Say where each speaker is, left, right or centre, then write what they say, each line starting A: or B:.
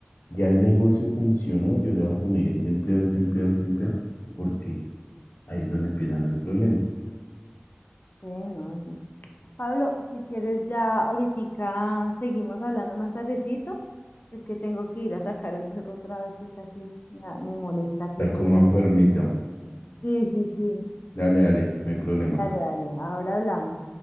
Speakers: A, on the left; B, on the left.
A: ya el negocio funcionó, yo le voy a poner este empleo, este empleo, este empleo, porque ahí es donde empiezan los problemas.
B: sí, no, sí. Pablo, si quieres ya ahorita seguimos hablando más tardecito. Es que tengo que ir a sacar el perro otra vez que está aquí. ya me molesta aquí
A: Está
B: por
A: como
B: ir a
A: enfermito.
B: sacar. Sí, sí, sí.
A: Dale, dale, no hay problema.
B: Dale, dale, ahora hablamos.